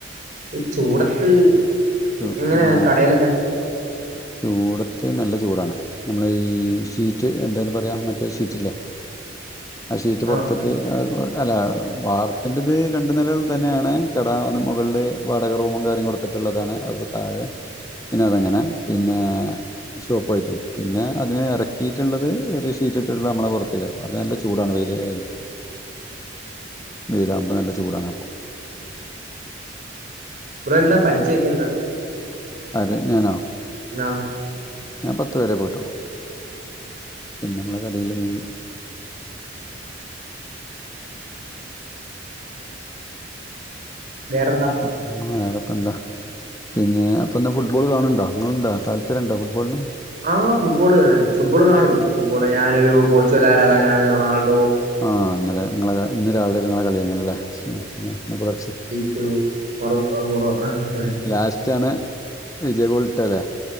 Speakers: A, on the right; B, on the left.
A: ഈ ചൂടത്ത്
B: <unintelligible>
A: എങ്ങനെയാ കടയിലൊക്കെ
B: ചൂടത്ത് നല്ല ചൂടാണ് നമ്മളെ ഈ ഷീറ്റ് എന്താ അയ്ന് പറയാ മറ്റേ ഷീറ്റില്ലേ? ആ ഷീറ്റ് പൊറത്തേക്ക്
A: ആഹ്
B: ആഹ് <unintelligible> അല്ല വാർപ്പിൻ്റത് രണ്ട് നിലകൾ തന്നെയാണ് കട ഒന്ന് മുകളില് വാടക റൂമും കാര്യങ്ങളും കൊടുത്തിട്ടുള്ളതാണ് അത്പ്പ താഴെ പിന്നെ അതങ്ങനെ പിന്നെ ഷോപ്പ് ആയിറ്റും പിന്നെ അതിനെ എറകീറ്റ്ള്ളത് ഒരു ഷീറ്റ് ഇട്ടിട്ടുള്ള നമ്മളെ പുറത്തേക്കാരം അത് നല്ല ചൂടാണ് വെയില് ആയാലെ വെയിലാകുമ്പോ നല്ല ചൂടാണ് അപ്പം
A: ഇവിടെ എന്നാ പഠിച്ചയെക്കെ എന്താ
B: ആര് ഞാനോ?
A: ആ
B: ഞാൻ പത്ത് വരെ പോയിട്ടോള്ളൂ പിന്നെ അമ്മളെ കടേല് <unintelligible>
A: വേറെന്താ?
B: <unintelligible> വേറെപ്പന്താ? പിന്നെ അപ്പന്ന് ഫുട്ബോള് കാണ് ണ്ടോ ഇങ്ങള്ണ്ടോ താല്പര്യണ്ടോ ഫുട്ബോൾന്
A: ആഹ് ഫുട്ബോള് കാണും ഫുട്ബോള് കാണും ഫുട്ബോള് ഞാനൊരു പോർച്ചുഗൽ ആരാധകനാണ് റൊണാൾഡോ
B: ആഹ് ഇന്നലെ ഇങ്ങളെ ഇന്ന് രാവിലെ ഇങ്ങളെ കളിയേനല്ലേ ആഹ് ഇന്ന് പുലർച്ചെ
A: ഉം <unintelligible>
B: ലാസ്റ്റാണ് വിജയഗോള്ട്ടേ ലെ